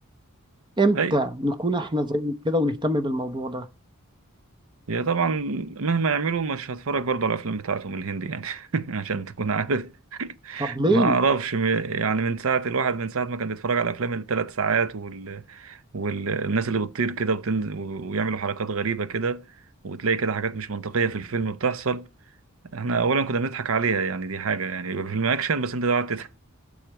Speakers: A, on the right; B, on the right.
A: امتى
B: اي
A: نكون احنا زي كده ونهتم بالموضوع ده
B: هي طبعا مهما يعملوا مش هتفرج برضه على الافلام بتاعتهم الهندي يعني <laughs> عشان تكون عارف
A: طب ليه
B: ما اعرفش م- يعني من ساعه الواحد من ساعه ما كان بيتفرج على افلام الثلاث ساعات وال... والناس اللي بتطير كده وبتنزل و- ويعملوا حركات غريبه كده وتلاقي كده حاجات مش منطقيه في الفيلم بتحصل احنا اولا كنا بنضحك عليها يعني دي حاجه يعني يبقى فيلم اكشن بس انت قاعد تضحك